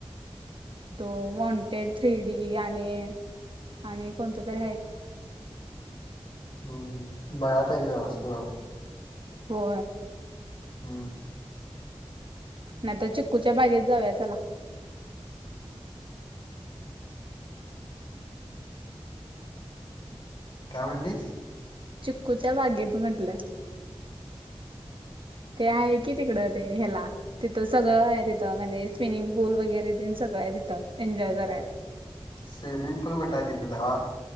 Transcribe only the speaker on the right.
तो वॉन्टेड थ्री डी आणि आणि कोणत तरी आहे <inaudible>
हो
नाही तर चिक्कूच्या बागेत जाऊया चला
चुकूच्या बागेत म्हटलं ते आहे की तिकड ते ह्याला तिथं सगळं आहे तिथं म्हणजे स्विमिंग पूल वगैरे सळ तिथं एन्जॉय करायला